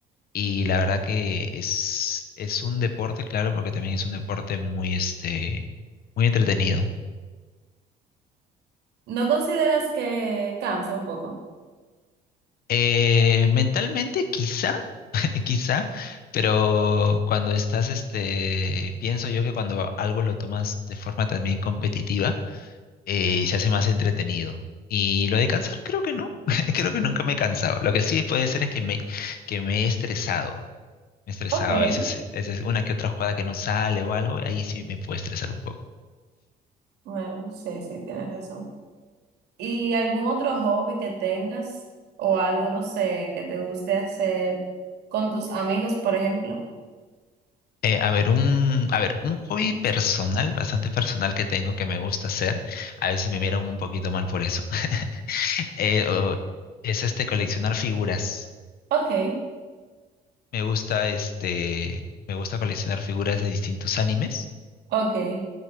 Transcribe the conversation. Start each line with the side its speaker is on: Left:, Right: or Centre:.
Left: Y la verdad que es, es un deporte, claro, porque también es un deporte muy, este, muy entretenido.
Right: ¿No consideras que cansa un poco?
Left: Eh, mentalmente, quizá. <laughs> eh, quizá, pero cuando estás, este, pienso yo que cuando algo lo tomas de forma también competitiva, eh, se hace más entretenido. Y lo de cansar, creo que no, <laughs> creo que nunca me he cansado. Lo que sí puede ser es que me, que me he estresado. Me he estresado
Right: Okay.
Left: a veces, a veces una que otra jugada que no sale o algo, ahí sí me puede estresar un poco.
Right: Bueno, sí, sí, tienes razón. ¿Y algún otro hobby que tengas o algo, no sé, que te guste hacer con tus amigos, por ejemplo?
Left: Eh, a ver, un, a ver, un hobby personal, bastante personal que tengo que me gusta hacer. A veces me vieron un poquito mal por eso. <laughs> eh, o- es este coleccionar figuras.
Right: Ok,
Left: Me gusta este, me gusta coleccionar figuras de distintos animes.
Right: ok.